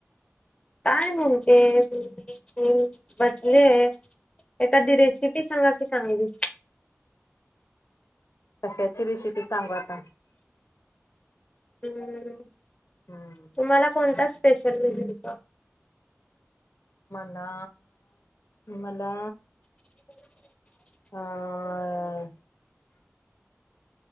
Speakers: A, on the left; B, on the left.
A: काय म्हणते <unintelligible> बसले. एखादी रेसिपी सांगा ती चांगली
B: कशाची रेशिपी सांगू आता?
A: हम्म्म.
B: हम्म
A: तुम्हाला कोणता स्पेशल मेनु येतो?
B: ला मला
A: <inaudible>
B: आं